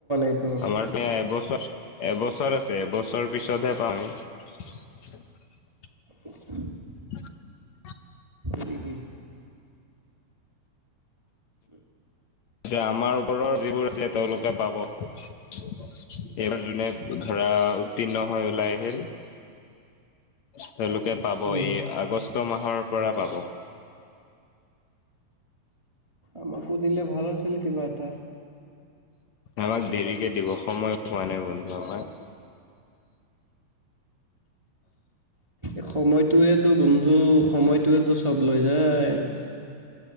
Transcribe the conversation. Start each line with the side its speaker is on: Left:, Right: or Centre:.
Right: এইটোৰ হয়
Left: আমাৰ এতিয়া এবছৰ এবছৰ আছ ছে এবছৰ পিছতহে পাম আমি
Right: <unintelligible>
Left: <inaudible>
Right: কি কি উম
Left: যে আমাৰ ওপৰৰ যিবোৰ আছে তেওঁলোকে পাব এইবোৰ যোনে ধৰা উত্তীৰ্ণ হৈ ওলাই আহিল
Right: <inaudible>
Left: তেওঁলোকে পাব
Right: উম
Left: এই আগষ্ আগষ্ট মাহৰ পৰা পাব
Right: আমাকো দিলে ভাল আছিল কিবা এটা
Left: আমাক দেৰিকে দিব সময় হোৱা নাই বন্ধু আমাৰ <unintelligible>
Right: এ সময়টোৱেটো বন্ধু সময়টোৱেতো চব লৈ যায়